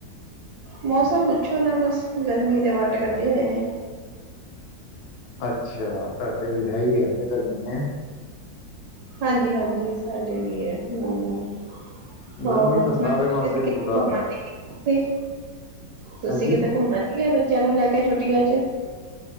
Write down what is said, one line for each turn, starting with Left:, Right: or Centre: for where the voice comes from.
Right: ਮੌਸਮ ਪੁੱਛੋ ਨਾ ਬਸ, ਗਰਮੀ ਦੇ ਵੱਟ ਕੱਢੇ ਹੋਏ ਨੇ।
Left: ਅੱਛਾ, ਤੁਹਾਟੇ ਵੀ ਹੈਹੀ ਆ, ਗਰਮੀ ਹੈ?
Right: ਹਾਂਜੀ-ਹਾਂਜੀ, ਸਾਡੇ ਵੀ ਐ, ਹੂੰ। ਹੋਰ
Left: ਗਰਮੀ
Right: <unintelligible>
Left: ਤਾਂ ਸਾਰੇ ਪਾਸੇ
Right: ਘੁੰਮਣ
Left: ਹੀ ਬੁਰਾ ਹਾਲ ਹੈ
Right: ਨੀ ਗਏ ਤੁਸੀ? ਤੁਸੀਂ
Left: ਹਾਂਜੀ
Right: ਕਿਤੇ ਘੁੰਮਨ ਨੀ ਗੇ, ਬੱਚਿਆਂ ਨੂੰ ਲੈਕੇ ਛੁੱਟੀਆਂ'ਚ?